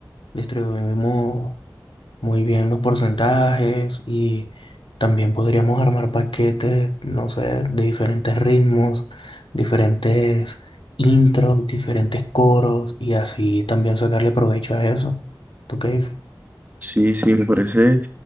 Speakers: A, on the left; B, on the right.
A: Distribuimos muy bien los porcentajes y también podríamos armar paquetes, no sé, de diferentes ritmos, diferentes intros, diferentes coros y así también sacarle provecho a eso. ¿Tú qué dices?
B: Sí, sí, me parece,